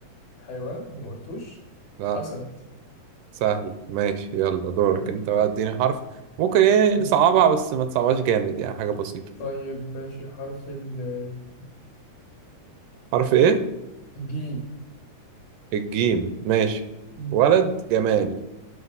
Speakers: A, on the left; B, on the right.
A: حيوان أنا ما قلتوش
B: لا
A: أسد
B: سهل ماشي يلا دورك
A: تمام
B: انت بقى اديني حرف ممكن ايه
A: ماشي
B: نصعبها بس ما تصعبهاش جامد يعني حاجة بسيطة
A: طيب ماشي حرف الجيم
B: حرف ايه؟
A: جيم
B: الجيم ماشي
A: جيم.
B: ولد جمال